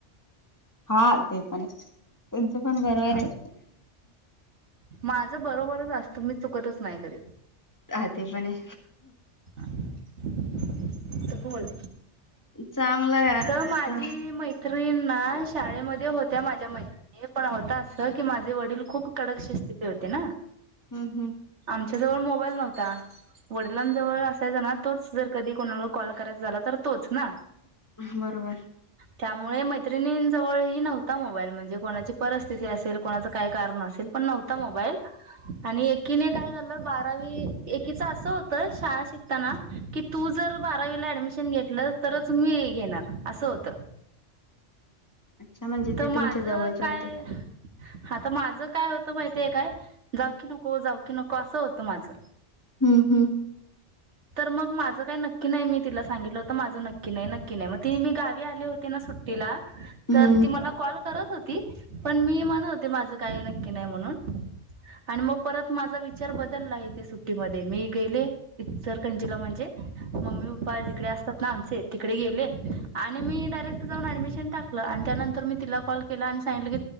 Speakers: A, on the left; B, on the right.
A: हा. ते पण त्यांचं पण बर- -
B: हा
A: रे
B: माझं बरोबरच असत मी चुकतच नाही कधी.
A: अ ते पण ए.
B: तर बोल
A: चांगलं यार
B: तर
A: आता
B: माझी मैत्रिणी ना शाळेमध्ये होत्या माझ्या मैत्रिणी -- पण होता अस की माझे वडील खूप कडक शिस्ती होते ना.
A: हम्म हम्म
B: आम -- च्या जवळ मोबाईल नव्हता. वडिलांजवळ असायचा ना तोच जर कधी कोणाला कॉल करायचा झाला तर तोच ना.
A: बरोबर.
B: त्यामुळे मैत्रिणीं जवळ ही नव्हता मोबाईल म्हणजे कोणाची पर- - स्थिती नसेल कोणाचं काही कारण असेल पण नव्हता मोबाईल. आणि एकीने काय झालं बारावी एकीच असं होत शाळा शिकताना की, तू जर- - बारावी ऍडमिशन घेतलं तर तुम् घेणार अस होत.
A: अच्छा म्हणजे
B: तर
A: ते
B: माझं
A: तुमच्या जवळचे
B: काय
A: होते
B: -- हा तर माझं काय होतं माहितीय काय जाऊ की नको जाऊ की नको असं होतं माझं.
A: हम्म हम्म
B: तर मग माझ काही नक्की नाही मी तिला सांगितलं माझं नक्की नाही, नक्की नाही. मग ती मी गावी आली होती ना सुट्टीला
A: हम्म
B: तर ती मला कॉल करत हो -- ती पण मी म्हणत होते माझं काही नक्की नाही म्हणून. आणि मग परत माझा विचार बदलला इथे सुट्टीमध्ये. मी गेले. इचलकंजीला म्हणजे मम्मी पप्पा जिकडे असतात ना आमचे तिकडे गेले आणि मी- - मी डारेट जाऊन ऍडमशन टाकलं. त्यांतर म तिला कॉल केला आणि सांगलं की